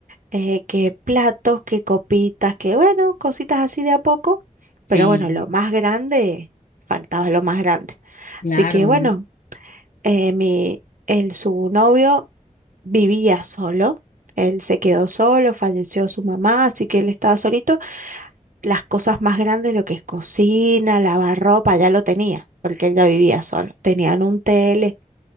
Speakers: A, on the right (about 80°); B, on the left (about 85°).
A: eh, que platos, que copitas, que bueno, cositas así de a poco, pero
B: Sí,
A: bueno, lo más grande, faltaba lo más grande.
B: claro,
A: Así que bueno,
B: ¿no?
A: eh, mi, el, su novio vivía solo, él se quedó solo, falleció su mamá, así que él estaba solito. Las cosas más grandes, lo que es cocina, lavar ropa, ya lo tenía, porque él ya vivía solo, tenían un tele,